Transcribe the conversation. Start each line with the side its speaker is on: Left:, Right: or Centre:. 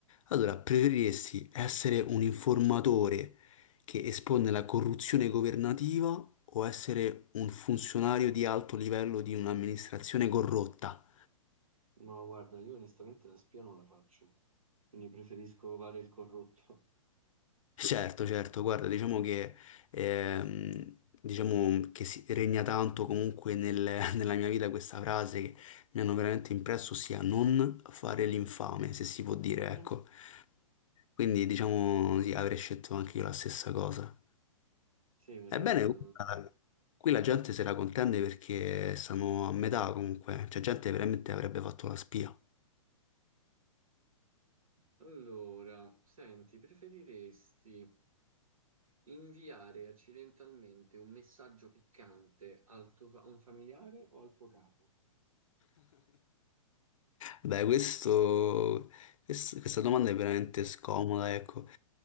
Left: Allora, preferiresti essere un informatore che espone la corruzione governativa o essere un funzionario di alto livello di un'amministrazione corrotta?
Right: No, guarda, io onestamente la spia non la faccio, quindi preferisco fare il corrotto.
Left: Certo, certo, guarda, diciamo che, ehm, diciamo che si- regna tanto comunque nel- <laughs> nella mia vita questa frase che mi hanno veramente impresso, ossia non fare l'infame, se si può dire,
Right: <laughs>
Left: ecco. Quindi diciamo sì, avrei scelto anche io la stessa cosa.
Right: Sì, ma
Left: Ebbene,
Right: certo.
Left: guarda, qui la gente se la contende perché stanno a metà comunque, cioè gente veramente avrebbe fatto la spia.
Right: Allora, senti, preferiresti inviare accidentalmente un messaggio piccante al tuo fa- a un familiare o al tuo capo?
Left: Dai, questo, quest- questa domanda è veramente scomoda, ecco.